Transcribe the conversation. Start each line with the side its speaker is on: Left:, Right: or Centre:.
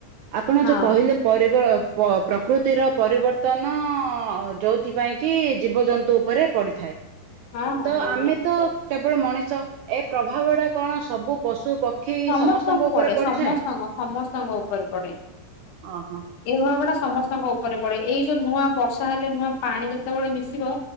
Right: ଆପଣ
Left: ହଁ
Right: ଯୋଉ କହିଲେ? ପରିବ ପ ପ୍ରକୃତିର ପରିବର୍ତ୍ତନ ଜୋଉଥିପାଇଁକି ଜୀବଜନ୍ତୁ ଉପରେ ପଡ଼ିଥାଏ।
Left: ହଁ ହଁ
Right: ତ
Left: ହଁ
Right: ଆମେ
Left: ନିହାତି
Right: ତ
Left: ପଡେ।
Right: କେବଳ ମଣିଷ ଏ ପ୍ରଭାବ ଟା କଣ ସବୁ ପଶୁ ପକ୍ଷୀ
Left: ସମସ୍ତଙ୍କୁ
Right: ସମସ୍ତଙ୍କ ଉପରେ
Left: ପଡେ
Right: ପଡିଥାଏ?
Left: ସମସ୍ତଙ୍କ ସମସ୍ତଙ୍କ ଉପରେ ପଡେ।
Right: ଓହୋ
Left: ଏଇଭାବ ଟା ସମସ୍ତଙ୍କ ଉପରେ ପଡେ ଏଇ ଯୋଉ ନୂଆ ବର୍ଷା ହେଲେ ନୂଆ ପାଣି ଯେତେବେଳେ ମିଶିବ